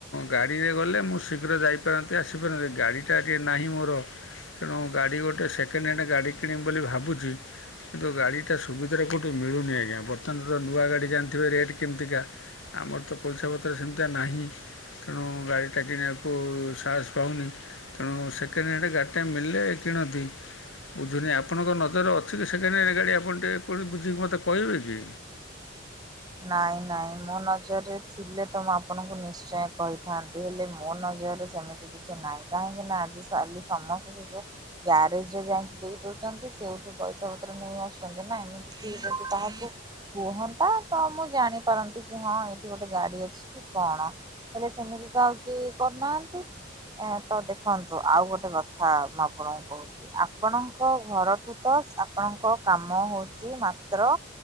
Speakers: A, on the left; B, on the right.
A: ଗାଡ଼ିରେ ଗଲେ ମୁଁ ଶୀଘ୍ର ଯାଇପାରନ୍ତି ଆସିପାରନ୍ତି ଗାଡ଼ି ଯାକି ନାହିଁ ମୋର ତେଣୁ ଗାଡ଼ି ଗୋଟେ ସେକେଣ୍ଡ ହ୍ୟାଣ୍ଡ ଗାଡ଼ି କିଣିିବି ବୋଲି ଭାବୁଚି କିନ୍ତୁ ଗାଡ଼ିଟା ସୁବିଧାରେ କେଉଁଠି ମିଳୁନି ଆଜ୍ଞା। ବର୍ତ୍ତମାନ ତ ନୂଆ ଗାଡ଼ି ଜାଣିଥିବେ ରେଟ୍ କେମତିକା ଆମର ତ ପଇସା ପତ୍ର ସେମିତିଆ ନାହିଁ ତେଣୁ ଗାଡ଼ିଟା କିଣିବାକୁ ସାହସ ପାଉନି। ତେଣୁ ସେକେଣ୍ଡ ହ୍ୟାଣ୍ଡ ଗାଡ଼ିଟା ମିଳିଲେ କିଣନ୍ତି ବୁଝୁନି ଆପଣଙ୍କ ନଜରରେ ଅଛି କି ସେକେଣ୍ଡ ହ୍ୟାଣ୍ଡ ଗାଡ଼ି ଆପଣ ଟିକେ ବୁଝିକି ମୋତେ କହିବେ କି?
B: ନାଇଁ ନାଇଁ ମୋ ନଜରରେ ଥିଲେ ତ ମୁଁ ଆପଣଙ୍କୁ ନିଶ୍ଚୟ କହିଥାନ୍ତି। ହେଲେ ମୋ ନଜରରେ ସେମିତି କିଛି ନାହିଁ କାହିଁକି ନା ଆଜି କାଲି ସମସ୍ତେ ସେ ଯୋଉ ଗ୍ୟାରେଜ ରେ ଯାଇକି ଦେଇ ଦଉଚନ୍ତି ସେଠୁ ପଇସା ପତ୍ର ନେଇ ଆସୁଛନ୍ତି ନା ଏମିତି ଯଦି କାହାକୁ କୁହନ୍ତା ତ ମୁଁ ଜାଣିପାରନ୍ତି କି ହଁ ଏଇଠି ଗୋଟେ ଗାଡି ଅଛି। କି କଣ ହେଲେ ସେମିତି ତ ଆଉ କି କରୁନାହାନ୍ତି। ଏ ତ ଦେଖନ୍ତୁ ଆଉ ଗୋଟେ କଥା ମୁଁ ଆପଣଙ୍କୁ କହୁଚି ଆପଣଙ୍କ ଘରଠୁ ତ ଆପଣଙ୍କ କାମ ହଉଚି ମାତ୍ର